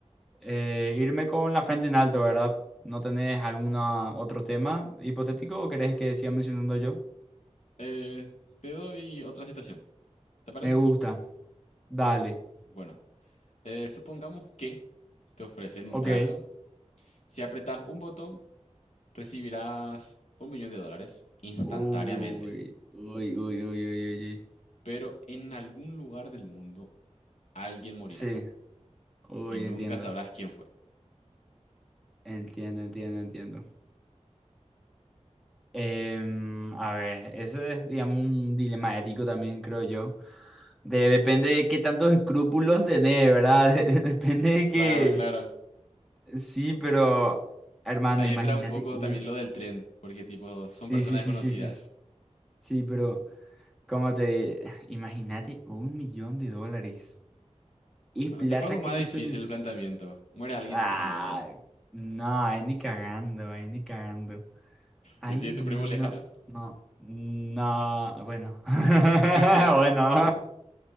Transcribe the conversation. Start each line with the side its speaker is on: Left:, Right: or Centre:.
Centre: eh, irme con la frente en alto, ¿verdad? ¿No tenés algún otro tema hipotético o querés que siga mencionando yo?
Left: Eh, te doy otra situación. ¿Te parece?
Centre: Me gusta. Dale.
Left: Bueno, Eh, supongamos que te ofrecen un
Centre: Ok.
Left: trato. Si apretas un botón, recibirás un millón de dólares instantáneamente.
Centre: Uy, uy, uy, uy, uy, uy. uy.
Left: Pero en algún lugar del mundo alguien morirá
Centre: Sí, uy,
Left: y nunca
Centre: entiendo.
Left: sabrás quién fue.
Centre: Entiendo, entiendo, entiendo. Em, a ver, eso es, digamos, un dilema ético también, creo yo. De- depende de qué tantos escrúpulos tenés, ¿verdad? <laughs> De- Depende de que...
Left: Claro, claro.
Centre: Sí, pero... Hermano,
Left: Ahí
Centre: imagínate...
Left: entra un poco
Centre: un...
Left: también lo del tren, porque tipo,
Centre: sí,
Left: son personas
Centre: sí,
Left: desconocidas.
Centre: sí, sí, sí. Sí, sí, pero... cómo te... Imagínate un millón de dólares. Es
Left: Bueno,
Centre: plata
Left: te pongo más
Centre: que te
Left: difícil
Centre: soluciona...
Left: el planteamiento. Muere alguien
Centre: Ay,
Left: de tu familia.
Centre: no, ahí ni cagando, ahí ni cagando. Ay,
Left: ¿Y si
Centre: no,
Left: es tu primo lejano?
Centre: no, no, bueno, <laughs>
Left: <laughs>
Centre: bueno.